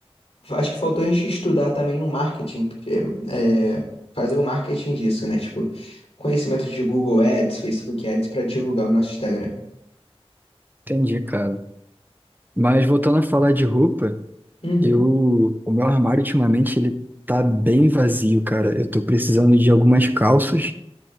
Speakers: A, on the left (about 65°); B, on the right (about 20°).
A: acho que faltou a gente estudar também o marketing, porque é, fazer o marketing disso, né? Tipo, conhecimento de Google Ads, Facebook Ads, para divulgar o nosso Instagram.
B: Entendi, cara. Mas voltando a falar de roupa,
A: Uhum.
B: eu, o meu armário ultimamente ele tá bem vazio, cara. Eu tô precisando de algumas calças.